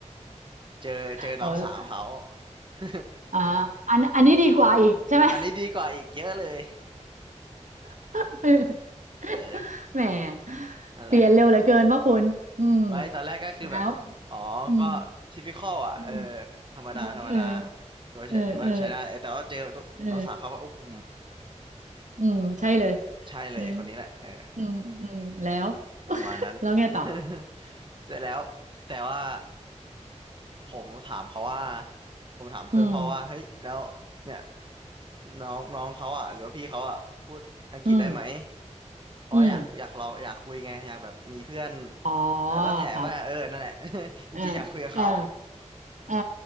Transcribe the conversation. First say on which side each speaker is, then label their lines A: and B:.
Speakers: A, on the right; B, on the right.
A: เจอเจอน้องสาวเขา
B: เอา
A: <laughs>
B: อ่าอันอันนี้ดีกว่าอีกใช่ไหม
A: อันนี้ดีกว่าอีกเยอะเลย
B: <laughs>
A: <laughs> เออ
B: แหม
A: นั่นแหละ
B: เปลี่ยนเร็วเหลือเกินว่าคุณอืม
A: ไว้ตอนแรกก็คือแบบอ๋อก็ทิปิคอลอ่ะเออ
B: แล้วอืมอืม
A: ธรรมดาธรรมดา
B: เออเออ
A: ถือว่าใช้ถือว่าใช้ได้เออแต่ว่าเจอ
B: เออเออเออ
A: น้องสาวเขาว่าโอ้โห
B: อืมใช่เลย
A: ใช่เลยคนนี้แหละเออ
B: เอออืมอืมแล้ว <laughs>
A: ประมาณนั้น
B: แล้วไงต่อ
A: <laughs> เสร็จแล้วแต่ว่า ผมถามเขาว่าผมถามเพื่อนพ่อว่าเฮ้ยแล้วเนี่ย
B: อืม
A: น้องน้องเขาอ่ะหรือว่าพี่เขาอ่ะพูดอังกฤษได้ไหม
B: อืม
A: เพราะอยากอยากลองอยากคุยไงอยากแบบมีเพื่อน
B: อืมอ๋อ
A: เออก็แถไปอ่ะเออนั่นแหละ
B: ครับ
A: <laughs> จริงๆอยากคุยกับเขา
B: อ่าอ่าอ่า